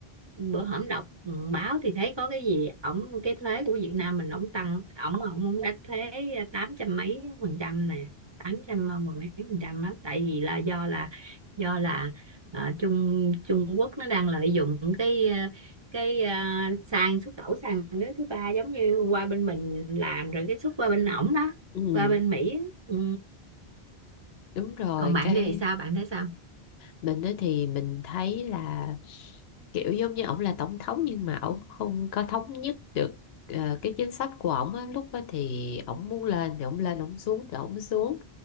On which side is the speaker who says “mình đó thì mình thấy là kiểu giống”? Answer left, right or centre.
Left